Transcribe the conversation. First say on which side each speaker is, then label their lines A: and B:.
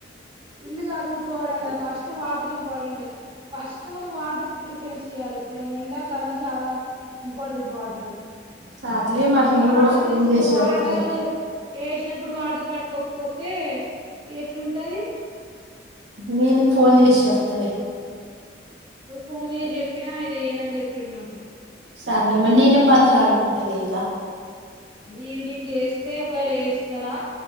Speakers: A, on the right; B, on the right.
A: ఇల్లు సదురుకోవడం కాదు first, first water important first మనం వాటర్ కి ప్రిఫరెన్స్ ఇయ్యాలి ఎప్పుడైనా ఎండాకాలం చాలా ఇంపార్టెంట్ వాటర్,
B: సార్లే మరి
A: మీరు
B: నేను కూడా ఫోన్
A: తీసుకో
B: చేసి చెప్తలే
A: వాటర్ వేసినప్పుడు వాటర్ పట్టుకోకపోతే ఎట్లుంటది
B: నేను ఫోన్ చేసి చెప్తలే
A: నువ్వు ఫోన్ చేసి చెప్పినా ఆయన ఏయను అని చెప్పి, చెప్పిండు మా తోటి
B: సర్లే నేనే బాతులు ఆడుకుంటాలే ఇగ
A: ఈవినింగ్ వేస్తే ఒకరు వేస్తారా